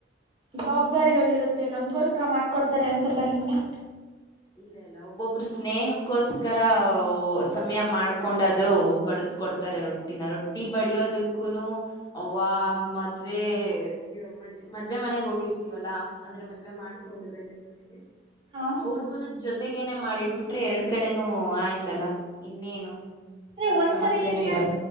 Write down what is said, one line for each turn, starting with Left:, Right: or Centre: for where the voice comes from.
Right: ಜವಾಬ್ದಾರಿಗಳ ಇರುತ್ತೆ ನಮ್ಗೋಸ್ಕರ ಮಾಡ್ಕೊಡ್ತಾರೆ ಅನ್ಸುತ್ತ ನಿಮ್ಗೆ
Left: ಇಲ್ಲ ಇಲ್ಲ ಒಬ್ಬೊಬ್ರು ಸ್ನೇಹಕ್ಕೋಸ್ಕರ ಸಮಯ ಮಾಡ್ಕೊಂಡಾದ್ರು ಬಡದ ಕೊಡ್ತಾರೆ ರೊಟ್ಟಿನ ರೊಟ್ಟಿ ಬಡಿಯೋದಕ್ಕೂನು ಅವ್ವ ಮದ್ವೆ ಮದ್ ಮದ್ವೆ ಮನೆಗ್ ಹೋಗಿರ್ತೀವಲ್ಲಾ ಅಂದ್ರೆ ಮದ್ವೆ ಮಾಡ್ಕೊಂಡು ಗಂಡನ ಮನೆಗೆ
Right: ಹಾ
Left: ಅವ್ರಗೂ, ನ ಜೊತೆಗೇನೆೇ ಮಾಡಿಟ್ಬಿಟ್ರೆ ಎರಡ್ ಕಡೆನೂ ಆಯ್ತಲ್ಲ ಇನ್ನೇನು,
Right: ಅಂದ್ರೆ
Left: ಯಾವ
Right: ಒಂದ್ಸರಿ
Left: ಸಮಸ್ಯೆನೂ
Right: ಮಾಡ
Left: ಇರಲ್ಲ